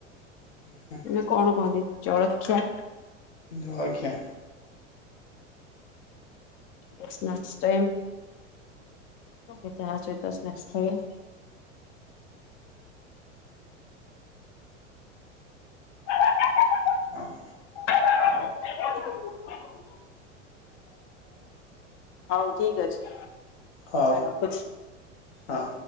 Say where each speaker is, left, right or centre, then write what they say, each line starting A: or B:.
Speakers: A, on the left; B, on the left.
A: ହୁଁ।
B: ନା କଣ କହନ୍ତି ଜଳଖିଆ।
A: ଜଳଖିଆ।
B: ଏବେ ସ୍ନାକ୍ସ ଟାଇମ୍। ଏ ଚାହା ସହିତ ସ୍ନାକ୍ସ ଖାଇବେ। <unintelligible>
A: ହଁ।
B: <unintelligible> ହଉ ଠିକ୍ ଅଛି।
A: ହ
B: ରଖୁଛି।
A: ହଉ।